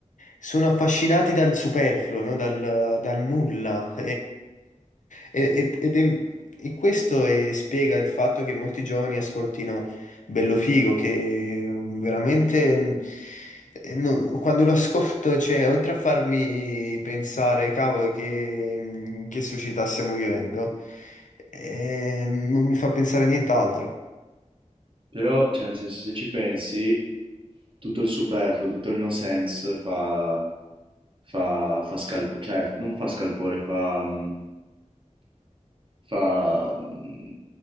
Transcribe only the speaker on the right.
Però, cioè, nel senso, se ci pensi, tutto il superfluo, tutto il no sense fa, fa, fa scalpo- cioè, non fa scalpore, fa, mm, fa, mm,